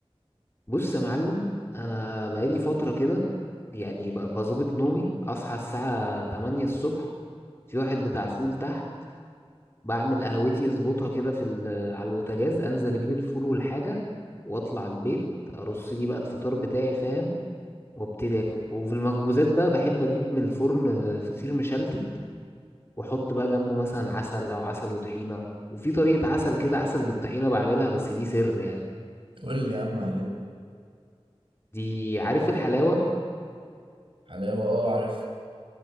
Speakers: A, on the left; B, on the right.
A: بص يا معلم انا بقالي فتره كده يعني ب- بظبط نومي اصحى الساعه 8 الصبح في واحد بتاع فول تحت بعمل قهوتي اظبطها كده في ال- على البوتاجاز انزل اجيب الفول والحاجه واطلع البيت ارص لي بقى الفطار بتاعي فاهم وابتدي اكل وفي المخبوزات بقى بحب اجيب من الفرن آه، فطير مشلتت واحط بقى جنبه مثلا عسل او عسل وطحينه وفي طريقه عسل كده عسل بالطحينه بعملها بس دي سر يعني
B: قول لي يا عم عليها
A: دي عارف الحلاوه
B: حلاوة آه عارف